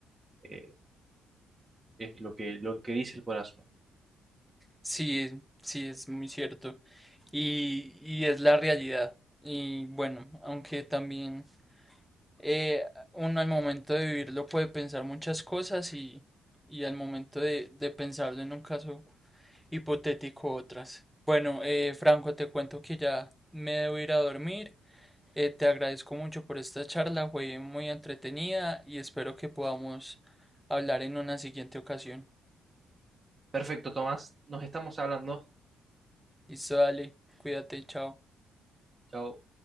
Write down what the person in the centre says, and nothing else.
sí, es- sí, es muy cierto. y, y es la realidad. Y bueno, aunque también eh, uno al momento de vivirlo puede pensar muchas cosas y, y al momento de, de pensarlo en un caso hipotético otras. Bueno, eh, Franco, te cuento que ya me debo ir a dormir. Eh, te agradezco mucho por esta charla, fue muy entretenida y espero que podamos hablar en una siguiente ocasión.
Listo, dale, cuídate, chao.